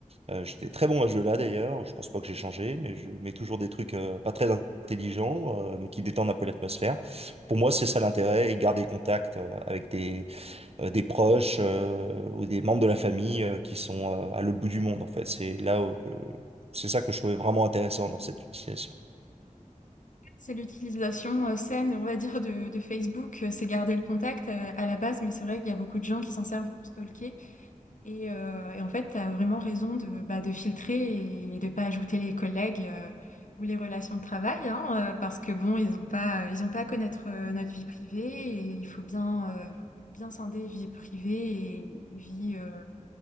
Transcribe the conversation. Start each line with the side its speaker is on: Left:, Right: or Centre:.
Right: Euh, j'étais très bon à ce jeu-là d'ailleurs. Je pense pas que j'ai changé, mais je mets toujours des trucs euh, pas très intelligents, euh, mais qui détendent un peu l'atmosphère. Pour moi, c'est ça l'intérêt et garder contact euh, avec des, euh, des proches euh, ou des membres de la famille euh, qui sont euh, à l'autre bout du monde en fait. C'est là où que c'est ça que je trouvais vraiment intéressant dans cette utilisation.
Left: c'est l'utilisation euh, saine, on va dire, de, Facebook. euh, C'est garder le contact euh, à la base, mais c'est vrai qu'il y a beaucoup de gens qui s'en servent pour stalker. Et, euh, et en fait, tu as vraiment raison de, bah, de filtrer et de pas ajouter les collègues euh, ou les relations de travail, hein, euh, parce que bon, ils n'ont pas, ils ont pas à connaître euh, notre vie privée et il faut bien, euh, faut bien scinder vie privée et vie, euh,